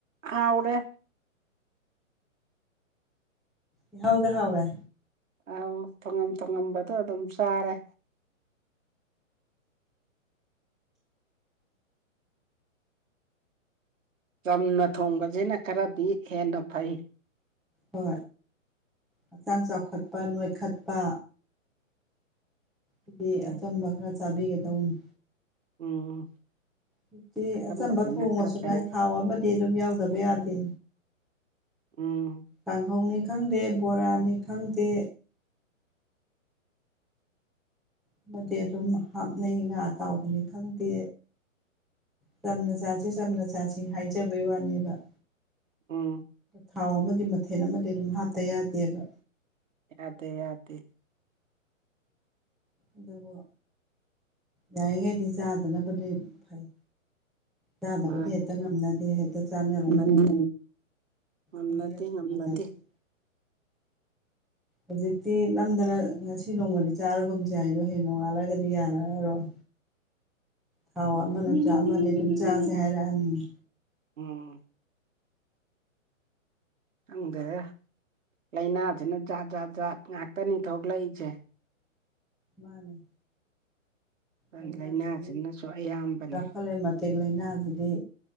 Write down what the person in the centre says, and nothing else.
ꯏꯍꯥꯎꯗ ꯍꯥꯎꯔꯦ
ꯍꯣꯏ ꯍꯛꯆꯥꯡ ꯆꯥꯎꯈꯠꯄ ꯅꯣꯏꯈꯠꯄ ꯑꯗꯨꯗꯤ
ꯑꯆꯝꯕ ꯈꯔ ꯆꯥꯕꯤꯒꯗꯧꯅꯤ
ꯍꯧꯖꯤꯛꯇꯤ
ꯑꯆꯝꯕ ꯊꯣꯡꯉꯁꯨ
ꯉꯥꯏ ꯊꯥꯎ ꯑꯃꯗꯤ ꯑꯗꯨꯝ ꯌꯥꯎꯗꯕ ꯌꯥꯗꯦ
ꯀꯥꯡꯈꯧꯅꯤ ꯈꯪꯗꯦ ꯕꯣꯔꯥꯅꯤ ꯈꯪꯗꯦ ꯑꯃꯗꯤ ꯑꯗꯨꯝ ꯍꯥꯞꯅꯩ ꯉꯥ ꯑꯇꯥꯎꯕꯅꯤ ꯈꯪꯗꯦ ꯆꯝꯅ ꯆꯁꯤ ꯆꯝꯅ ꯆꯥꯁꯤ ꯍꯥꯏꯖꯕꯩ ꯋꯥꯅꯦꯕ
ꯊꯥꯎ ꯑꯃꯗꯤ ꯃꯊꯦꯜ ꯑꯃꯗꯤ ꯑꯗꯨꯝ ꯍꯥꯞꯇ ꯌꯥꯗꯦꯕ
ꯑꯗꯨꯕꯨ ꯌꯥꯔꯤꯉꯩꯗꯤ ꯆꯥꯗꯅꯕꯗꯤ ꯐꯩ ꯆꯥꯗꯕꯗꯤ
ꯍꯦꯛꯇ ꯉꯝꯅꯗꯦ ꯍꯦꯛꯇ ꯆꯥꯅꯔꯛꯏ
ꯑꯅꯤꯔꯛꯁꯨꯕꯊ
ꯑꯗꯨ <unintelligible> ꯍꯧꯖꯤꯛꯇꯤ ꯅꯝꯗꯅ ꯉꯁꯤ ꯅꯣꯡꯃꯗꯤ ꯆꯥꯔꯨꯒꯨꯝꯁꯦ ꯍꯥꯏꯁꯨ ꯍꯌꯦꯡ ꯅꯣꯡꯉꯥꯜꯂꯒꯗꯤ ꯌꯥꯔꯑꯔꯣꯏ
ꯊꯥꯎ ꯑꯃꯅꯁꯨ ꯑꯃꯗꯤ ꯑꯗꯨꯝ ꯆꯥꯁꯦ ꯍꯥꯏꯔꯛꯑꯅꯤ
ꯃꯥꯟꯅꯦ
ꯑꯩꯥꯏꯅꯁꯨꯗꯤ
ꯗꯥꯛ ꯐꯂꯦꯃ <unintelligible> <unintelligible> ꯂꯥꯏꯅꯥꯁꯤꯗꯤ